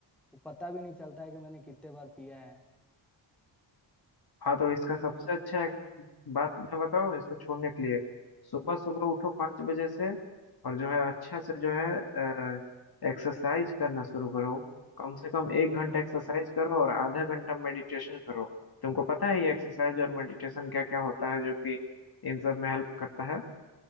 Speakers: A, in the centre; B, on the left (about 50°).
A: वो पता भी नहीं चलता है कि मैंने कितने बार पिया है
B: हाँ तो इसका सबसे अच्छा है बात मैं बताऊं इसको छोड़ने के लिए सुबह सुबह उठो पाँच बजे से और जो है अच्छा से जो है एक्सरसाइज करना शुरू करो कम से कम एक घंटा एक्सरसाइज करो और आधा घंटा मेडिटेशन करो तुमको पता है ये एक्सरसाइज और मेडिटेशन क्या क्या होता है जो कि इन सब में हेल्प करता है